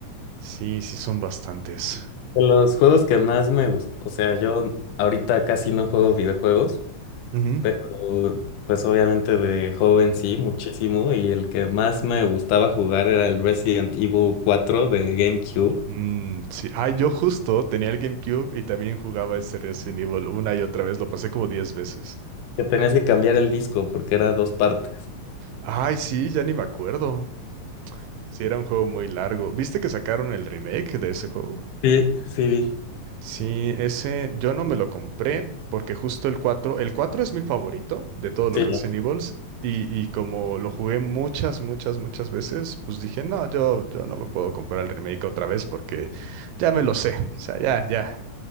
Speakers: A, on the right; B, on the left.
A: Sí, sí son bastantes.
B: De los juegos que más me gustó o sea, yo ahorita casi no juego videojuegos,
A: Ujú.
B: pero pues obviamente de joven sí, muchísimo, y el que más me gustaba jugar era el Resident Evil cuatro de GameCube,
A: Mm, sí. Ah, yo justo tenía el GameCube y también jugaba ese Resident Evil una y otra vez. Lo pasé como 10 veces.
B: que tenías que cambiar el disco porque era dos partes.
A: Ay, sí, ya ni me acuerdo. Sí, era un juego muy largo. ¿Viste que sacaron el remake de ese juego?
B: Sí, sí vi.
A: Sí, ese yo no me lo compré porque justo el cuatro, el 4 es mi favorito de todos los
B: Sí,
A: Resident Evils y, y como lo jugué muchas, muchas, muchas veces, pues dije, no, yo, yo no me puedo comprar el remake otra vez porque ya me lo sé. O sea, ya, ya.